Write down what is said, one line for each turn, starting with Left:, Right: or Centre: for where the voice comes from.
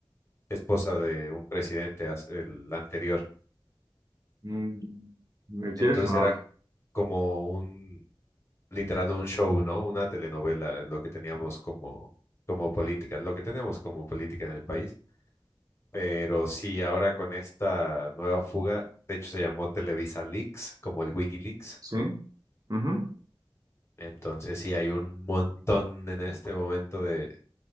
Left: esposa de un presidente, as- el anterior.
Right: Mm, me quiere
Left: Entonces
Right: sonar.
Left: era como un, literal, un show, ¿no? Una telenovela, lo que teníamos como, como política, lo que tenemos como política en el país. Pero sí, ahora con esta nueva fuga, de hecho se llamó Televisa Leaks, como el Wikileaks.
Right: Sí. Ujú.
Left: Entonces sí, hay un montón en este momento de,